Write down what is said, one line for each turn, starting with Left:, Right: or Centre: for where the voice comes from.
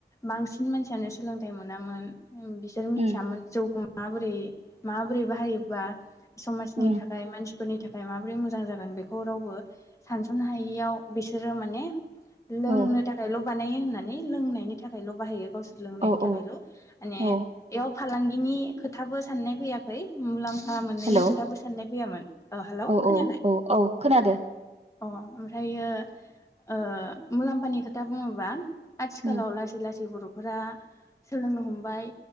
Left: मांसिन मानसियानो सोलोंथाइ मोनामोन। बिसोर मिथियामोन
Right: उम
Left: जौ माबोरै माबोरै बाहायोबा? समाजनि
Right: उम
Left: थाखाय मानसि फोरनि थाखाय माबोरै मोजां जागोन बेखौ रावबो सानस'नो हायियाव बिसोरो माने। लोंनो
Right: औ
Left: थाखायल'। बानायो होननानै लोंनायनि थाखायल' बाहायो गावसोर लोंनायनि
Right: औ
Left: थाखायल'
Right: औ
Left: माने
Right: औ
Left: बेयाव फालांगिनि। खोथाबो साननाय फैयाखै मुलाम मोननायनि
Right: हेलौ
Left: खोथाबो साननाय फैयामोन ओ हेलौ
Right: औ
Left: खोनायाखै
Right: औ औ औ खोनादों।
Left: अ ओमफ्रायो ओ मुलाम्फानि खोथा बुङोबा। आथिखालाव
Right: उम
Left: लासै लासै ज बर'फोरा सोलोंनो हमबाय।